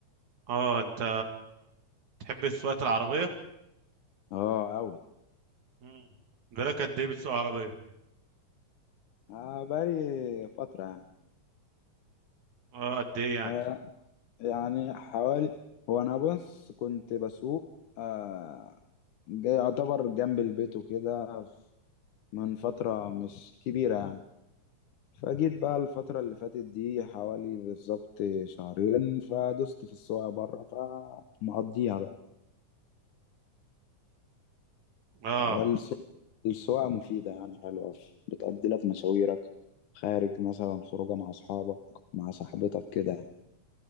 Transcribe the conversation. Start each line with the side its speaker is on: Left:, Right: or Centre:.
Right: اه انت تحب سواقة العربية
Left: اه أوي
Right: مم. بالك قد ايه بتسوق عربية
Left: آه بقالي فترة يعني
Right: اه قد ايه يعني
Left: آه يعني حوالي هو أنا بص كنت بسوق آه جاي يعتبر جنب البيت وكده من فترة مش كبيرة يعني فجيت بقى الفترة اللي فاتت دي حوالي بالظبط شهرين فدست في السواقة بره فمقضيها بقى
Right: اه
Left: هي السو- السواقة مفيدة يعني حلوة بتقضي لك مشاويرك خارج مثلا خروجة مع أصحابك مع صاحبتك كده